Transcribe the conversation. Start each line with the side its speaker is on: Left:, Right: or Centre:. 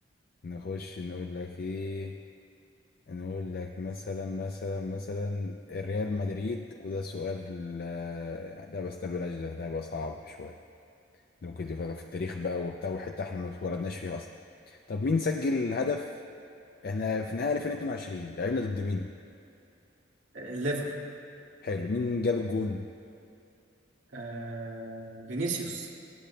Left: نخش نقول لك ايه نقول لك مثلا مثلا مثلا الريال مدريد وده سؤال آه، لا بس ده بلاش ده ده هيبقى صعب شوية ده ممكن يكون في التاريخ بقى وبتاع وحتة احنا ما اتولدناش فيها أصلا طب مين سجل هدف احنا في نهائي 2022 لعبنا ضد مين؟
Right: آه، الليفر
Left: حلو مين جاب الجون؟
Right: آه... فينيسيوس